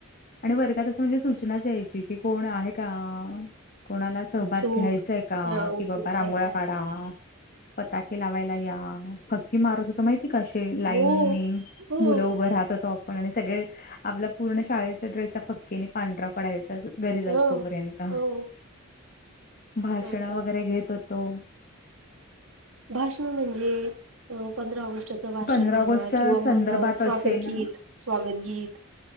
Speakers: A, on the left; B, on the right.
A: आणि वर्गात असं म्हणजे सूचनाच यायची की कोण आहे का. कोणाला सहभग
B: उत्सुक
A: घ्यायचंय का
B: हा
A: की
B: उत्सुक
A: बाबा रांगोळ्या
B: आहे का
A: काढ पताके लावायला या,,, फकी मारत होतो माहितीय का अशे,, लाईनऽ
B: हो
A: हमम,
B: हो
A: मुलं उभं राहतऽ पण आणि सगळे, आपला पूर्ण शाळेचा ड्रेस फक्ककीने पांढरा पडायचा. घरी जा
B: हो
A: असतो पर्यंत.
B: हो
A: भाषण
B: असं
A: वगैरे घेत होतो.
B: भाषण म्हणजे अ पंधरा ऑगस्टच भाषण
A: पंधरा
B: म्हण
A: ऑगस्टच्या
B: किंवा
A: संदर्भात
B: मग स्वागत
A: असेल
B: गीत स्वागत गीत.